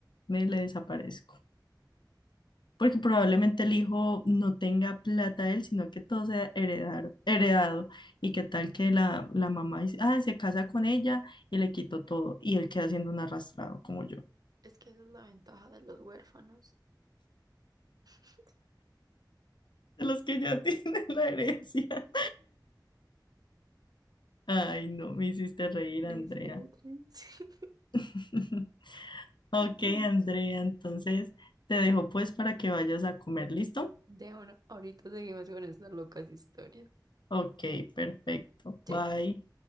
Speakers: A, on the left (about 75°); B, on the right (about 55°).
A: me le desaparezco. Porque probablemente el hijo no tenga plata él, sino que todo sea heredar, heredado. Y qué tal que la, la mamá dice, ah, se casa con ella y le quito todo. Y él queda siendo un arrastrado como yo,
B: Es que esa es la ventaja de los huérfanos. <laughs>
A: de los que ya <laughs> tienen la herencia. Ay, no, me hiciste reír,
B: Triste,
A: Andrea.
B: qué triste.
A: <laughs> Ok,
B: <laughs>
A: Andrea, entonces te dejo pues para que vayas a comer, ¿listo?
B: De uno, ahorita seguimos con estas locas historias.
A: Ok, perfecto.
B: Chaito.
A: Bye.